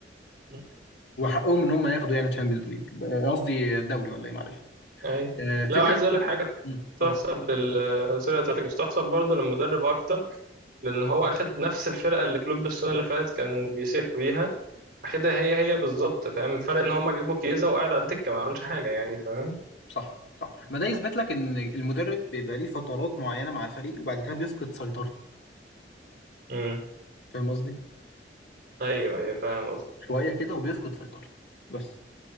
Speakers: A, on the right; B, on the left.
A: مم.
B: وحقهم ان هم ياخدوا يعني تشامبيونز ليج قصدي دوري ولا ايه معلش
A: اي
B: آه، فكره
A: لا عايز اقول لك حاجة
B: مم، اتفضل
A: تحسب للسيرة بتاعتك بس تحسب برضو للمدرب اكتر لأن هو أخد نفس الفرقة اللي كلوب السنة اللي فاتت كان بيسيح بيها أخدها هي هي بالظبط فاهم الفرق إن هما جابوا كيزا وقعد على الدكة ما عملش حاجة يعني فاهم
B: صح صح ما ده يثبت لك ان المدرب بيبقى ليه فترات معينه مع الفريق وبعد كده بيفقد سيطرته
A: امم
B: فاهم قصدي
A: أيوه أيوه فاهم قصدك
B: شويه كده وبيفقد سيطرته بس